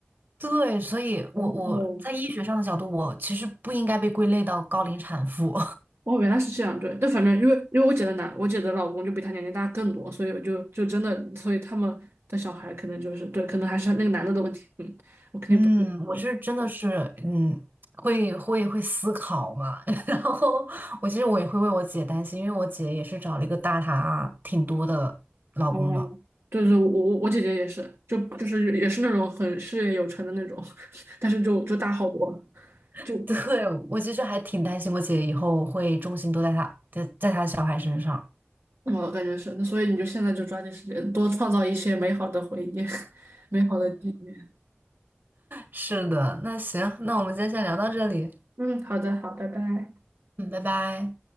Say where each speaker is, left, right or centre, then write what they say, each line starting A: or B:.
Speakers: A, on the right; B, on the right.
A: 对，所以我我在医学上的角度，
B: 哦，
A: 我其实不应该被归类到高龄产妇。
B: 哦，原来是这样，对。但反正因为因为我姐的男，我姐的老公就比她年龄大更多，所以我就就真的，所以他们的小孩可能就是对，可能还是那个男的的问题。嗯，
A: <laughs>
B: 我肯定不是对。
A: 嗯，我是真的是嗯，会会会思考嘛，<laughs> 然后我其实我也会为我姐担心，因为我姐也是找了一个大她挺多的老公的。
B: 哦，对对，我我我姐姐也是，就就是也是那种很事业有成的那种，<laughs> 但是就就大好多。就。
A: <laughs> 对，我其实还挺担心我姐以后会重心都在她在在她小孩身上。
B: 我感觉是，那所以你就现在就抓紧时间多创造一些美好的回忆，<laughs> 美好的记忆。
A: 是的，那行，那我们今天先聊到这里，
B: 嗯，好的，好，拜拜。
A: 嗯，拜拜。